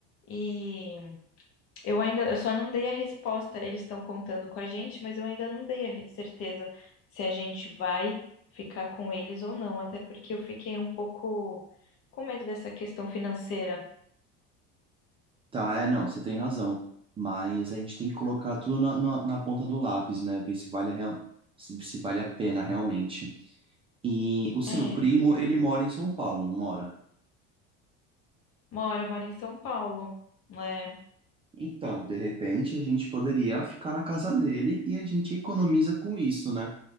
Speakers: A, on the left; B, on the right.
A: E eu ainda, eu só não dei a resposta, eles estão contando com a gente, mas eu ainda não dei a re- certeza se a gente vai ficar com eles ou não, até porque eu fiquei um pouco com medo dessa questão financeira.
B: Tá, é, não, você tem razão. Mas a gente tem que colocar tudo na, na- na ponta do lápis, né? Ver se vale a, real- se se vale a pena realmente. E o seu
A: É,
B: primo, ele mora em São Paulo, não mora?
A: mora, mora em São Paulo, né?
B: Então, de repente, a gente poderia ficar na casa dele e a gente economiza com isso, né?